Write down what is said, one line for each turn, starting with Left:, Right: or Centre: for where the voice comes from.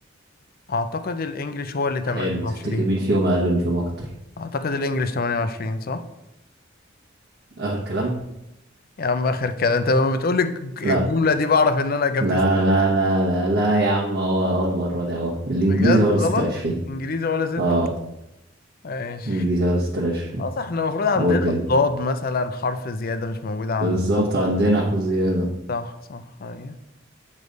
Left: اعتقد الانجليش هو اللي تمانية
Right: حلو
Left: وعشرين
Right: تفتكر مين فيهم أقل ومين فيهم أكتر
Left: اعتقد الانجليش تمانية وعشرين صح
Right: آخر كلام
Left: يا عم اخر كلام انت لما بتقولي الج- الجملة
Right: لا
Left: دي بعرف ان انا اجابتي
Right: لا
Left: صح
Right: لا لا لا لا يا عم هو هو المرة دي أهو الإنجليزي
Left: بجد
Right: هو اللي
Left: غلط
Right: 26
Left: انجليزي ولا ستة
Right: أه
Left: ماشي
Right: الإنجليزي هو اللي 26
Left: اه صح احنا المفروض عندنا
Right: هو اللي أنت
Left: الضاد مثلا حرف زيادة مش موجودة عندنا
Right: بالظبط عندنا حروف زيادة
Left: صح صح أيوة.